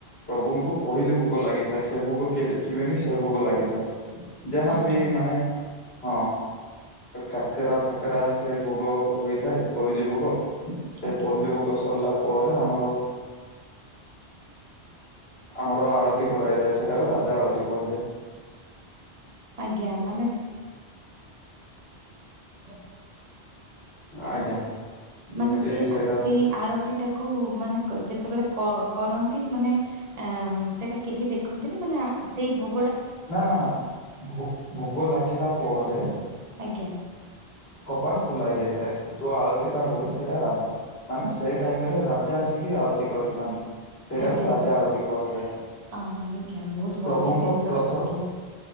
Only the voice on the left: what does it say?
ପ୍ରଭୁଙ୍କୁ ପହିଲି ଭୋଗ ଲାଗିଥାଏ ସେ ଭୋଗ କିଏ ଦେଖିବେନି ସେ ଭୋଗ ଲାଗିଥାଏ। ଯାହା
ବି ମାନେ ହଁ। କାକେରା ଫାକେରା ସେ ଭୋଗ ହୋଇଥାଏ ପହିଲି ଭୋଗ ସେ
ପହିଲି ଭୋଗ। ସରିଲା ପରେ ଆମର ଆମର ଆଳତି। କରାଇଥାଏ ସେଇଟାକୁଉରାଜା ଆଳତି କୁହାଯାଏ।
ଆଜ୍ଞା। ଯେମିତି
ସେଇଟାକୁ
ନା ନା ନା ଭ ଭୋଗ ଲାଗିଲା ପରେ।
କବାଡ ଖୋଲ ହେ ଯାଇଥାଏ ଯୋଉ ଆଳତି ଟା ହୁଏ ସେଇଟା ରାଜ। ମାନେ ସେଇ ଟାଇମ ରେ ରାଜା ଆସିକି ଆଳତି କରିଥାନ୍ତି। ସେଇଟାକୁ
ରାଜା ଆଳତିୀ କୁହାଯାଏ
ପ୍ରଭୁଙ୍କ
ପଥ।